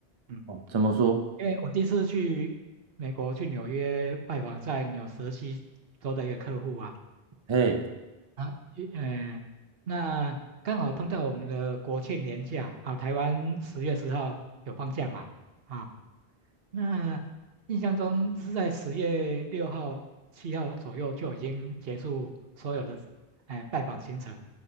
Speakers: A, on the right; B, on the right.
A: 嗯，
B: 哦，怎么说？
A: 因为我第一次去美国去纽约拜访在纽泽西州的一个客户啊。
B: 嘿，
A: 啊，一呃，那刚好碰到我们的国庆年假啊，台湾十月十号有放假嘛？啊，那印象中是在十月六号、七号左右就已经结束所有的哎、拜访行程。